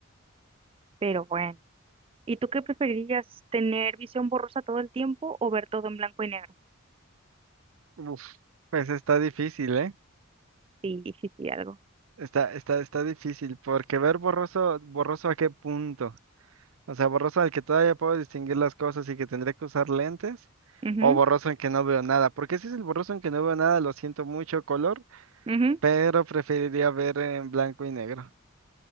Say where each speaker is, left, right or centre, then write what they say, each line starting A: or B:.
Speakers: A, on the right; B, on the right.
A: pero bueno. ¿Y tú qué preferirías, tener visión borrosa todo el tiempo o ver todo en blanco y negro?
B: Uf, pues está difícil, ¿eh?
A: Sí, sí, sí, algo.
B: Está, está, está difícil, porque ver borroso, borroso a qué punto. O sea, borroso al que todavía puedo distinguir las cosas y que tendré que usar lentes,
A: Ujú,
B: o borroso en que no veo nada. Porque si es el borroso en que no veo nada, lo siento mucho color,
A: ujú.
B: pero preferiría ver en blanco y negro.